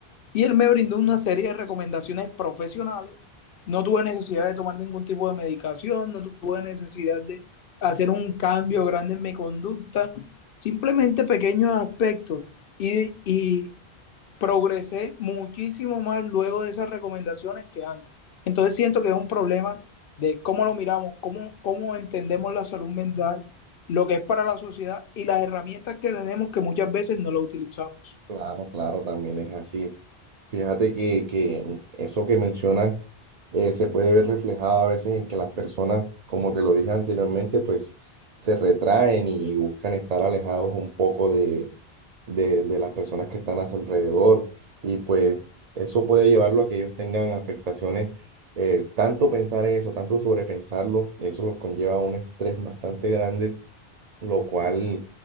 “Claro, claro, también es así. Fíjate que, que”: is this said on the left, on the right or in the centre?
Right